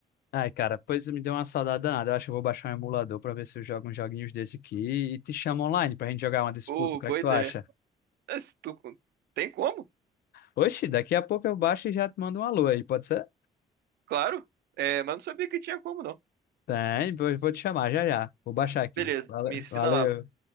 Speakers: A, on the left (about 70°); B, on the right (about 75°).
A: Ai, cara, pois me deu uma saudade danada. Eu acho que eu vou baixar um emulador pra ver se eu jogo uns joguinhos desse aqui e te chamo online pra gente jogar uma disputa.
B: Pô,
A: O que
B: boa
A: é que tu
B: ideia.
A: acha?
B: É, se tu- tem como?
A: Oxi, daqui a pouco eu baixo e já te mando um alô aí, pode ser?
B: Claro. É, mas não sabia que tinha como, não.
A: Tem, vou vou te chamar já já. Vou baixar aqui.
B: Beleza,
A: Vale-
B: me ensina
A: Valeu,
B: lá.